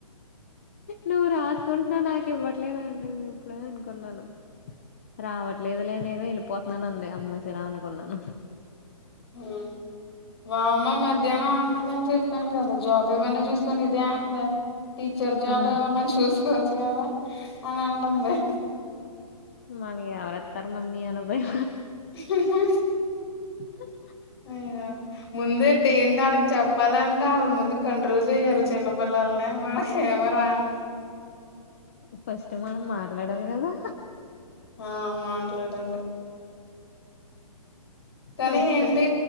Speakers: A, on the left; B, on the left.
A: నువ్వు రాసుకుంటున్నావ్ నాకు ఇవ్వట్లేదంటుందీ అప్పుడే అనుకున్నాను రావట్లేదులే నేను ఎళ్ళిపోతున్నాను అంది అమ్మా సరే అనుకున్నాను
B: ఊ వామ్మ మధ్యానం అన్నదని చెప్పాను కదా జాబ్ ఏమన్నా చూసుకోని ఇదే అందే టీచర్ జాబ్
A: ఉమ్
B: ఏమన్నా చూసుకోవచ్చు కదా అలా అంటుంది
A: మనగి ఎవరేత్తారు మమ్మీ అనభయ్
B: హా హా
A: హ
B: అయ్యో ముందే డేండాల్ చెప్పాలంటే ఆళ్ళ ముందు కంట్రోల్ జేయాల్ల చిన్నపిల్లలని మనకేమో రాదు
A: ఫస్టు మనం మాట్లాడాలి కదా
B: ఆ మాట్లాడాలి కానీ
A: ఫస్ట్
B: ఏంటి